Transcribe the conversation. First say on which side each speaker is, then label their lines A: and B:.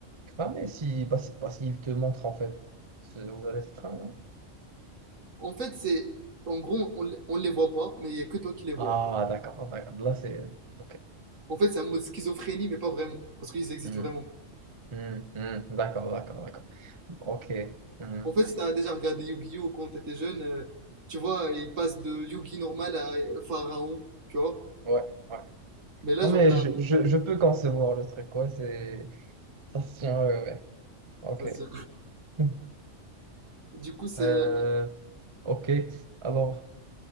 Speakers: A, on the right (about 25°); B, on the right (about 85°).
A: cramé si, bah, si- bah, s'il te montre en fait. ce- Vous allez être cramé, non?
B: en fait, c'est. En gros, on, l- on les voit pas, mais il y a que toi qui les vois.
A: Ah, d'accord, d'accord. Là, c'est. Ok.
B: En fait, c'est un mode schizophrénie, mais pas vraiment, parce qu'ils existent
A: Hmm,
B: vraiment.
A: hmm, hmm. D'accord, d'accord, d'accord. Ok. Hmm.
B: En fait, si t'as déjà regardé Yu-Gi-Oh! quand t'étais jeune, euh, tu vois, il passe de Yugi normal à Pharaon, tu vois.
A: Ouais, ouais.
B: Mais là,
A: Non,
B: genre,
A: mais
B: t'as...
A: je, je, je peux concevoir le truc, quoi. C'est... Ça se tient, ouais, ouais. Ok.
B: ça, c'est-
A: <laughs>
B: Du coup, c'est...
A: Euh, ok. Alors.